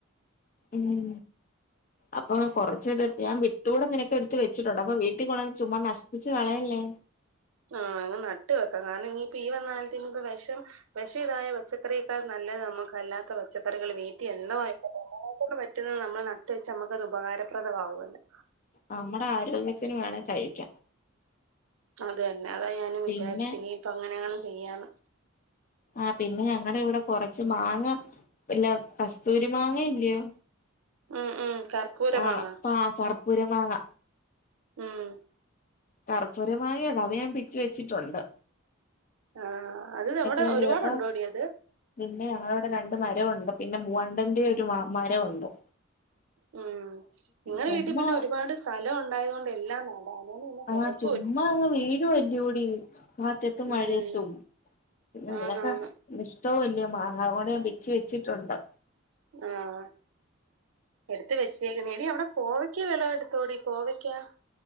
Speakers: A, on the left; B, on the right.
A: ഉം അപ്പൊ കൊറച്ച് ഇത് ഞാൻ വി ത്ത് കൂടെ നിനക്ക് എടുത്തു വച്ചിട്ടുണ്ട് അപ്പ വീട്ടിൽ കൊണ്ടുവന്ന് ചുമ്മാ നശപ്പിച്ച് കളയല്ലേ.
B: ആഹ് അങ്ങ് നട്ട് വെക്കാം കാരണം ഇനിയിപ്പോ ഈ വന്ന കാലത്ത് ഇനിപ്പോ വിഷം വിഷം ഇതായ പച്ച പച്ചക്കറിയേക്കാൾ നല്ലത് നമുക്ക് അല്ലാത്ത പച്ചക്കറികൾ വീട്ടി എന്തോമായികോട്ടെ. നന്മളെ പറ്റുന്നത് നമ്മള് നട്ട് വെച്ച് നമ്മുക്ക് അത് ഉപകാരപ്രദമാവു അല്ലേ.
A: നമ്മടെ ആരോഗ്യത്തിന് വേണേ കഴിക്കാം.
B: അത് തന്നെ അതാ ഞാനും
A: പിന്നെ
B: വിചാരിച്ചെ ഇനി ഇപ്പ അങ്ങനെയെങ്ങാനും ചെയ്യാന്ന്.
A: ആഹ് പിന്നെ ഞങ്ങടിവിടെ കുറച്ച് മാങ്ങ പിന്നെ കസ്തൂരി മാങ്ങ ഇല്ലയോ
B: ഉം ഉം കർപ്പൂര
A: ആഹ്
B: മാങ്ങ
A: ആഹ് കർപ്പൂരമാങ്ങ.
B: ഉം
A: കർപ്പൂരമാങ്ങയാണോ അത് ഞാൻ പിച്ച് വെച്ചിട്ടൊണ്ട്.
B: ആഹ് അത് അവിടെ
A: വേണ്ടി
B: ഒരുപാടുണ്ടോടി
A: കേട്ടോ
B: അത്?
A: പിന്നെ ഞങ്ങളവിടെ രണ്ട് മരമവൊണ്ട്‌ പിന്നെ മൂവാണ്ടന്റേം ഒരു മരഒണ്ട്.
B: ഉം ഇങ്ങളെ
A: ചുമ്മാ
B: വീട്ടി പിന്നെ ഒരുപാട് സ്ഥലം ഒണ്ടായത് കൊണ്ട് എല്ലാം നടാം അതുകൊണ്ട് പിന്നെ കൊഴപ്
A: ആ ചുമ്മാ അങ്ങ് വീഴുവല്ല്യോടീ കാറ്റത്തും മഴയത്തും.
B: ഉം
A: പിന്നെ
B: ആന്നാന്ന്
A: നിനക്ക് ഇഷ്ടോവല്ല്യോ മാങ്ങാ അത് കൊണ്ട് ഞാൻ പിച്ചി വെച്ചിട്ടൊണ്ട്.
B: ആഹ് എടുത്ത വെച്ചേക്കണേ എടീ അവിടെ കോവയ്ക്ക വിളവെടുത്തോടീ. കോവയ്ക്കാ?